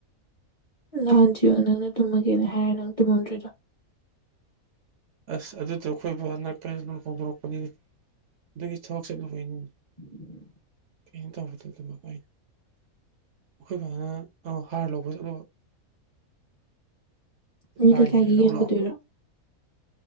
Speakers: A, on the left; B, on the right.
A: ꯅꯍꯥꯟꯗꯤꯌꯣ ꯅꯪꯅ ꯇꯨꯝꯃꯒꯦꯅ ꯍꯥꯏꯔꯦ ꯅꯪ ꯇꯨꯝꯃꯝꯗ꯭ꯔꯤꯗꯣ
B: ꯑꯁ ꯑꯗꯨꯗꯣ ꯑꯩꯈꯣꯏꯕꯨ ꯍꯟꯗꯛ ꯀ ꯑꯗꯨꯝ ꯍꯧꯗꯣꯔꯛꯄꯅꯤꯅ ꯑꯗꯨꯒꯤ ꯊꯕꯛ ꯆꯠꯂꯨ ꯍꯥꯏꯅꯤꯡ
A: <inaudible>
B: ꯀꯩꯅꯅ ꯇꯧꯕꯗꯣ ꯑꯗꯨꯃꯛ ꯑꯩꯅ ꯑꯩꯈꯣꯏ ꯕꯥꯅ ꯍꯥꯔ ꯂꯧꯕ ꯆꯠꯂꯨꯕ
A: ꯅꯣꯏ
B: ꯍꯥꯔ
A: ꯂꯩꯀꯥꯏꯒꯤ
B: ꯌꯦꯂꯤ ꯂꯧ
A: ꯌꯦꯟꯕꯗꯨꯏꯔꯣ
B: ꯂꯥꯛꯑꯣ